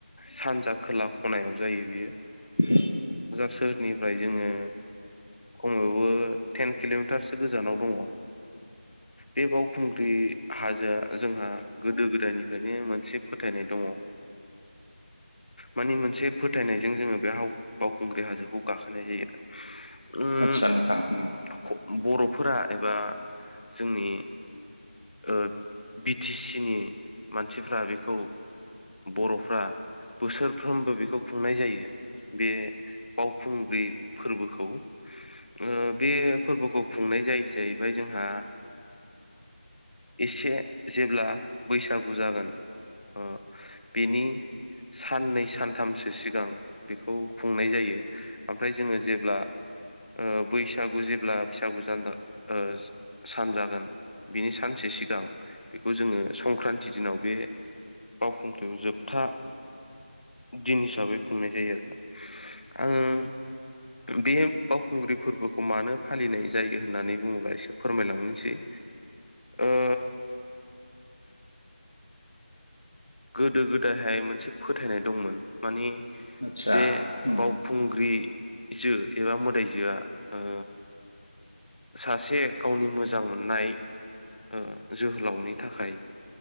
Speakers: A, on the left; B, on the left.
A: सानजा खोला ख'नायाव जायो बेयो।
B: <unintelligible> <inaudible>
A: जार सोहोरनिफ्राय जोंङो खमावबो टेन किल'मिटारसो गोजानाव दंङ। बे बावखुंग्रि हाजोआ जोंहा गोदो-गोदायनिफ्रायनो मोनसे फोथायनाय दंङ मानिे मोनसे फोथायनायजों जोंङो बे बाव खुंग्रि हाजोखौ गाखोनाय जायो। ओम
B: आदसा नोंथां उम
A: बर'फोरा एबा जोंनि ओ बि टि सि नि मानसिफ्रा बेखौ बर'फ्रा बोसोरफ्रोमबो बेखौ खुंनाय जायो। बे बावखुंग्रि फोरबोखौ। ओ बे फोरबोखौ खुंनाय जायो जाहैबाय जोंहा एसे जेब्ला बैसागु जागोन। ओ बिनि साननै सानथामसो सिगां बेखौ खुंनाय जायो ओमफ्राय जोंङो जेब्ला ओ बैसागु जेब्ला बैसागुजान ओ सान जागोन। बिनि सानसे सिगां बेखौ जोंङो संक्रान्ति दिनाव बे बावखुंग्रियाव जोबथा दिन हिसाबै खुंनाय जायो आरो ना। आंङो। बे बावखुंग्रि फोरबोखौ मानो फालिनाय जायो होननानै बुंङोब्ला एसे फोरमायलांनोसै ओ गोदो-गोदायहाय मोनसे फोथायनाय दंमोन। मानि
B: आदसा
A: बे
B: उम
A: बावखुंग्रिजो एबा मोदायजोआ ओ सासे गावनि मोजां मोननाय। ओ जोहोलावनि थाखाय